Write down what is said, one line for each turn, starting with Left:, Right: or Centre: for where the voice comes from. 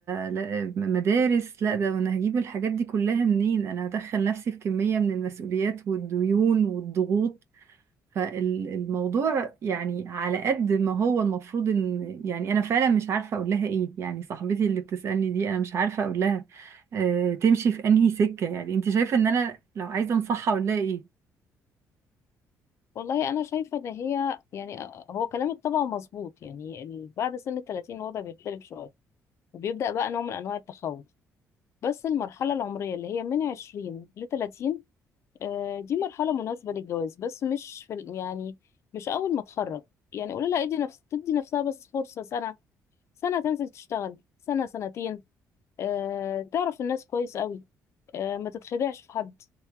Right: لأ مدارس لأ ده وأنا هجيب الحاجات دي كلها منين أنا هدخل نفسي في كمية من المسؤوليات والديون والضغوط فالموضوع يعني على قد ما هو المفروض ان يعني انا فعلا مش عارفه اقول لها ايه يعني صاحبتي اللي بتسالني دي انا مش عارفه اقول لها آه تمشي في انهي سكه يعني انت شايفه ان انا لو عايزه انصحها اقول لها ايه
Left: والله أنا شايفة إن هي يعني آه، هو كلامك طبعا مظبوط يعني ال- بعد سن التلاتين الوضع بيختلف شوية وبيبدأ بقى نوع من أنواع التخوف بس المرحلة العمرية اللي هي من عشرين لتلاتين آه، دي مرحلة مناسبة للجواز بس مش في ال- يعني مش أول ما تخرج يعني قولي لها ادي نفس تدي نفسها بس فرصة سنة سنة تنزل تشتغل سنة سنتين آه، تعرف الناس كويس قوي آه، ما تتخدعش في حد